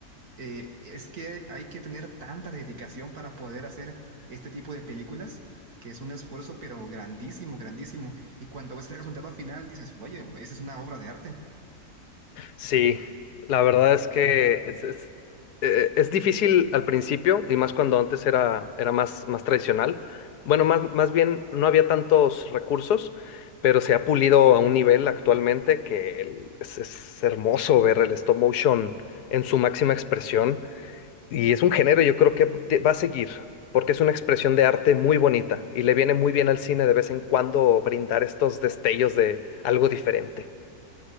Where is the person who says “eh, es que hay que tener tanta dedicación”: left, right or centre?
Right